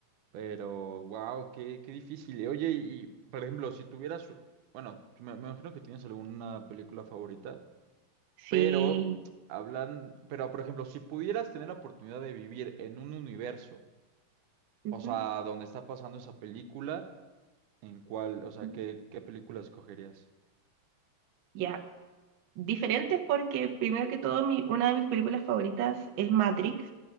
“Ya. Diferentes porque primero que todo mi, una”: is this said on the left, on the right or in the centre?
Right